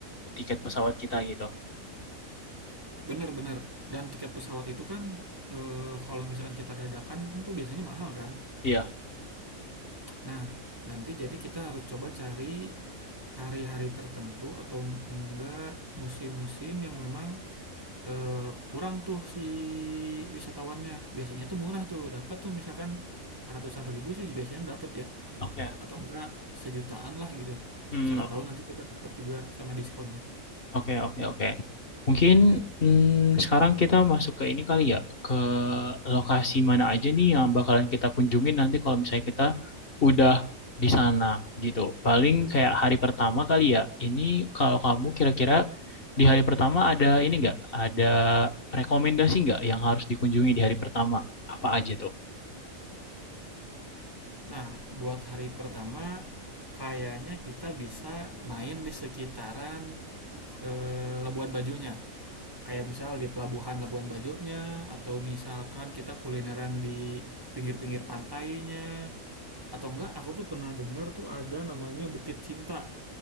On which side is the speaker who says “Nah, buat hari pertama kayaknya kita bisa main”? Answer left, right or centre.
Right